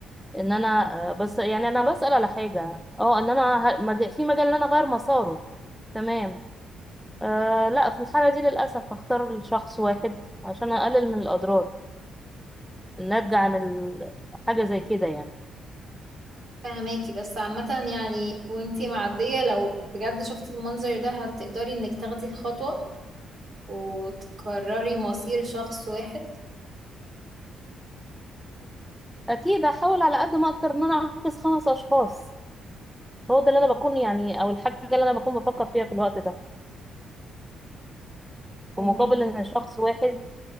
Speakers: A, in the centre; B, on the right.
A: ان انا آه، بس يعني انا بسال على حاجه اه ان انا ه- مج- في مجال ان انا اغير مساره تمام آه لا في الحاله دي للاسف هختار شخص واحد عشان اقلل من الاضرار الناتجه عن ال- حاجه زي كده يعني
B: فهماكي بس عامة يعني وانتي معدية لو بجد شفتي المنظر ده هتقدري انك تاخدي الخطوة وتكرري مصير شخص واحد
A: اكيد هحاول على قد ما اقدر ان انا انقذ خمس اشخاص هو ده اللي انا بكون يعني او الحاجه اللي انا بكون بفكر فيها في الوقت ده
B: فهماكي
A: في مقابل ان شخص واحد